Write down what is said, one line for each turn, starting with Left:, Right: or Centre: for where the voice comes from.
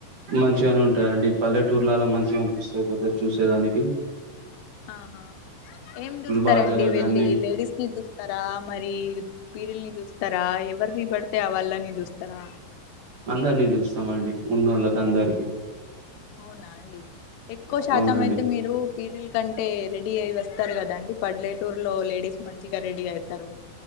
Right: మంచిగానే ఉంటాయండి పల్లెటూర్లలా మంచిగా అనిపిస్తాది పొద్దచ్చుసేదానికి
Left: ఆహా ఏం చూస్తారండి
Right: బాజాలు అవి
Left: వెళ్ళి?
Right: అన్నీ
Left: లేడీస్ ని చూస్తారా మరి. పీరిల్ని జూస్తారా ఎవర్ని పడితే ఆ వాళ్ళని జుస్తారా
Right: అందర్నీ జూస్సమండి ళ్ల కందరికి
Left: అవునాండి ఎక్కువ శాతం
Right: అవునండి
Left: అయితే, మీరు పీరిల్ కంటే రెడీ అయి వస్. స్తారు కదండి పడ్లేటూర్లో లేడీస్ మం చిగా రెడీ అయితారు